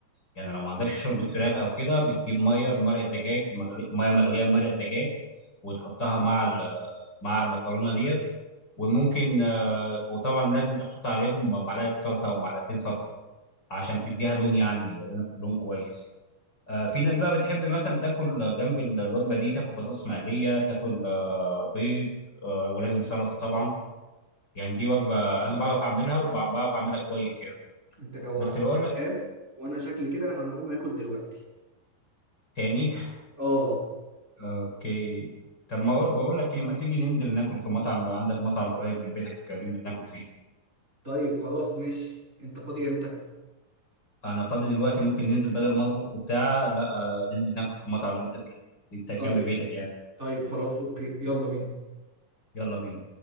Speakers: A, on the left (about 30°); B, on the right (about 20°).
A: يعني لو ما عندكش شوربه فراخ او كده بتجيب ميه بمرق الدجاج مغلي... ميه مغليه بمرق الدجاج وتحطها مع ال... مع المكرونه ديت وممكن آه، وطبعا لازم تحط عليهم معلقه صلصه او معلقتين صلصه عشان تديها لون يعني لون لون كويس آه، في ناس بقى بتحب مثلا تاكل جنب ال- الوجبه دي تاكل بطاطس مقليه تاكل آه، بيض آه، ولازم سلطه طبعا يعني دي وجبه انا بعرف اعملها وبعرف اعملها كويس يعني
B: انت جوعتني
A: بس بقول
B: يا شباب
A: لك
B: وانا شكلي كده هقوم اكل دلوقتي
A: تاني
B: اه
A: <laughs> اوكي طب ما أقول- بقول لك ايه ما تيجي ننزل ناكل في مطعم لو عندك مطعم قريب من بيتك ننزل ناكل فيه
B: طيب خلاص ماشي انت فاضي امتى
A: انا فاضي دلوقتي ممكن ننزل بدل ما اطبخ وبتاع لا آه، ننزل ناكل في المطعم اللي انت فيه اللي انت جنب
B: طيب
A: بيتك يعني
B: طيب خلاص اوكي يلا بينا
A: يلا بينا